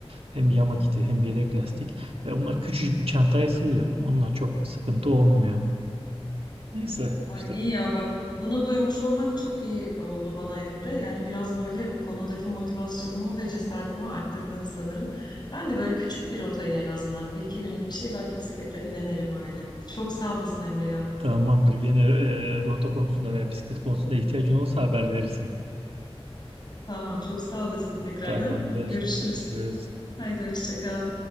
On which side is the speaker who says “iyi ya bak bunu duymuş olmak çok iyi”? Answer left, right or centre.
Left